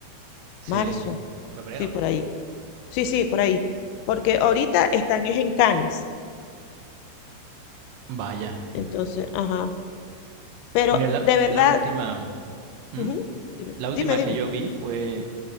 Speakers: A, on the right; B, on the left.
A: Sí.
B: Marzo,
A: O febrero,
B: sí, por
A: ¿no?
B: ahí. Sí, sí, por ahí. Porque ahorita están es en Cannes.
A: Vaya.
B: Entonces, ajá. Pero
A: Mira, la,
B: de verdad,
A: la última... ¿Mm?
B: ujú, Dime,
A: La
B: dime,
A: última
B: dime.
A: que yo vi fue